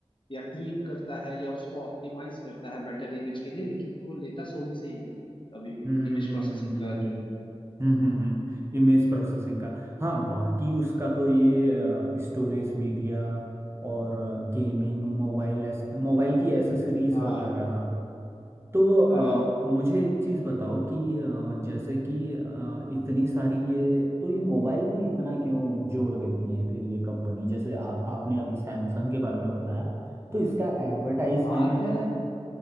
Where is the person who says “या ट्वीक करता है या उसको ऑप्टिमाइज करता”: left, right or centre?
Left